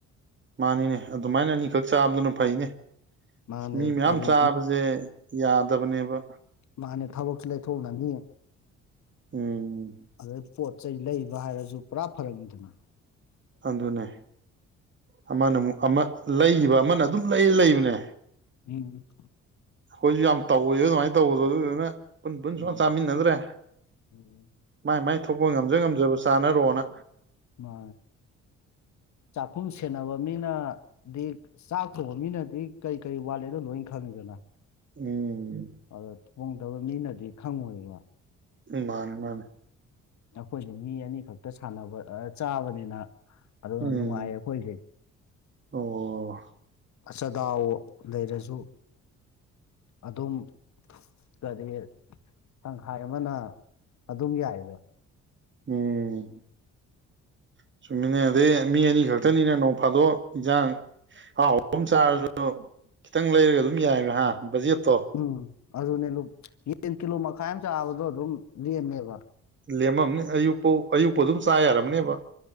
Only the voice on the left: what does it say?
ꯃꯅꯦ
ꯀꯔꯤ
ꯃꯅꯦ ꯊꯕꯛꯁꯨ ꯂꯩꯥꯏꯊꯣꯛꯅꯅꯤ
ꯑꯗ ꯄꯣꯠ ꯆꯩ ꯂꯩꯕ ꯍꯥꯏꯔꯁꯨ ꯄꯨꯔꯥ ꯐꯔꯛꯅꯤꯗꯅ
ꯎꯝ
ꯎꯝ
ꯎꯝ
ꯃꯥ ꯆꯥꯛꯈꯨꯝ ꯁꯦꯟꯅꯕ ꯃꯤꯅꯗꯤ ꯆꯥꯛ ꯊꯣꯡꯕ ꯃꯤꯅꯗꯤ ꯀꯔꯤ ꯀꯔꯤ ꯋꯥꯠꯂꯤꯅꯣ ꯂꯣꯏ ꯈꯪꯉꯤꯗꯅ
ꯑꯗꯣ ꯊꯣꯡꯗꯕ ꯃꯤꯅꯗꯤ ꯈꯪꯉꯣꯏꯕ
ꯑꯩꯈꯣꯏꯁꯨ ꯃꯤ ꯑꯅꯤ ꯈꯛꯇ ꯁꯟꯅꯕ ꯆꯥꯕꯅꯤꯅ ꯑꯗꯨ
ꯅꯨꯡꯉꯥꯏꯌꯦ ꯑꯩꯈꯣꯏꯗꯤ
ꯑꯆꯗꯥꯎ ꯂꯩꯔꯁꯨ ꯑꯗꯨꯝ ꯀꯔꯤ ꯇꯡꯈꯥꯏ ꯑꯃꯅ ꯑꯗꯨꯝ ꯌꯏꯕ
ꯎꯝ ꯑꯗꯨꯅꯦ ꯀꯤꯂꯣ ꯃꯈꯥꯏ ꯑꯃ ꯆꯕꯗꯣ ꯑꯗꯨꯝ ꯂꯦꯝꯃꯦꯕ